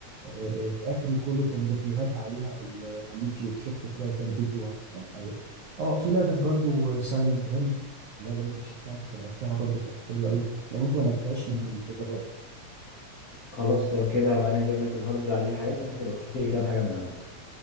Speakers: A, on the right; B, on the left.
A: آه، اخري كله كان ريفيوهات عليها على ال- على اليوتيوب شفت كده كام فيديو ولا كام حاجه اه في لعبه برضو سايلنت هيل اللعبه دي كنت شفتها كنت لعبتها برضو كانت حلوه قوي لو انت ما لعبتهاش
B: م.
A: ممكن تجربها يعني
B: خلاص لو كده هبقى أنا أجيب لك الهارد عليه حاجات وأنت تبقى تحط لي كام حاجة من عندك